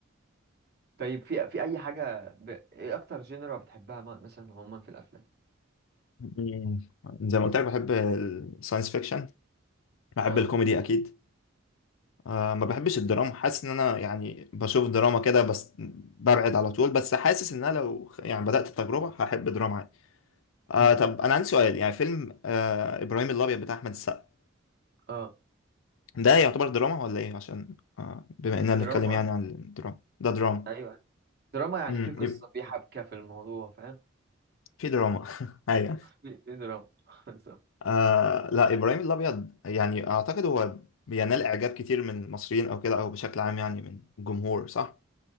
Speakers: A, on the right; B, on the left.
A: طيب في في اي حاجه ب... ايه اكتر جينرا بتحبها م- مثلا عموما في الافلام
B: مم. زي ما قلت لك بحب الساينس فيكشن بحب
A: اه
B: الكوميدي اكيد آه ما بحبش الدراما حاسس ان انا يعني بشوف دراما كده بس ببعد على طول بس حاسس ان انا لو خ- يعني بدأت التجربة هحب دراما عادي آه
A: امم
B: طب انا عندي سؤال يعني فيلم آه ابراهيم الابيض بتاع احمد السقا
A: اه
B: ده يعتبر دراما ولا ايه عشان آه بما اننا بنتكلم
A: دراما
B: يعني
A: اه
B: عن الدراما ده دراما
A: ايوه دراما يعني
B: امم
A: في قصة
B: يبقى
A: في حبكة في الموضوع فاهم
B: في دراما <laughs> ايوه
A: في في دراما <laughs> بالظبط.
B: آه لا ابراهيم الابيض يعني اعتقد هو بينال اعجاب كتير من المصريين او كده او بشكل عام يعني من الجمهور صح